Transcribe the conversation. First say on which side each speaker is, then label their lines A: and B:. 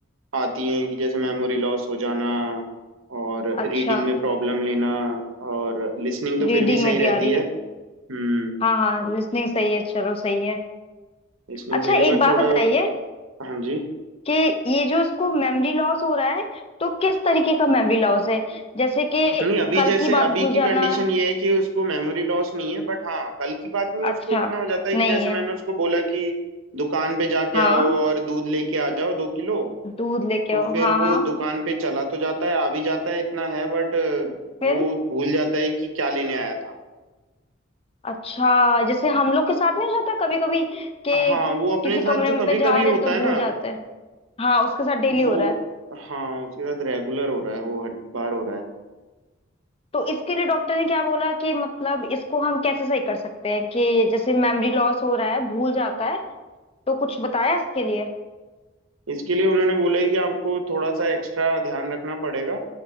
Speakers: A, on the right (about 85°); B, on the left (about 30°).
A: आती हैं कि जैसे मेमोरी लॉस हो जाना और
B: अच्छा
A: रीडिंग में प्रॉब्लम लेना और लिसनिंग तो
B: रीडिंग
A: फिर भी
B: में
A: सही
B: भी
A: रहती
B: आ रही
A: है
B: है
A: हम्म
B: हाँ हाँ लिसनिंग सही है चलो सही है
A: लिसनिंग
B: अच्छा
A: सही
B: एक
A: है बट
B: बात
A: थोड़ा
B: बताइए
A: हाँ जी
B: कि ये जो इसको मेमोरी लॉस हो रहा है तो किस तरीके का मेमोरी लॉस है जैसे कि
A: नहीं अभी
B: कल
A: जैसे
B: की बात
A: अभी
B: भूल
A: की
B: जाना
A: कंडीशन ये है कि उसको मेमोरी लॉस नहीं है बट हाँ कल की बात नहीं है,
B: अच्छा
A: उसको इतना हो जाता है कि
B: नहीं
A: जैसे
B: है
A: मैंने उसको बोला कि दुकान पे जाके
B: हाँ
A: आओ और दूध लेके आ जाओ दो किलो
B: दूध लेके
A: तो
B: आओ
A: फिर
B: हाँ हाँ
A: वो दुकान पे चला तो जाता है आ भी जाता है इतना है बट
B: फिर
A: वो भूल जाता है कि क्या लेने आया था
B: अच्छा जैसे हम लोग के साथ नहीं हो जाता कभी कभी कि
A: हाँ वो अपने
B: किसी
A: साथ
B: कमरे
A: जो
B: में
A: कभी
B: जा
A: कभी
B: रहे
A: होता
B: हैं तो
A: है
B: भूल
A: ना
B: जाते हैं हाँ उसके साथ डेली
A: वो
B: हो रहा है
A: हाँ उसके साथ रेगुलर हो रहा है वो हर बार हो रहा है
B: तो इसके लिए डॉक्टर ने क्या बोला कि मतलब इसको हम कैसे सही कर सकते हैं कि जैसे मेमोरी लॉस हो रहा है भूल जाता है तो कुछ बताया इसके लिए
A: इसके लिए उन्होंने बोला है कि आपको थोड़ा सा एक्स्ट्रा ध्यान रखना पड़ेगा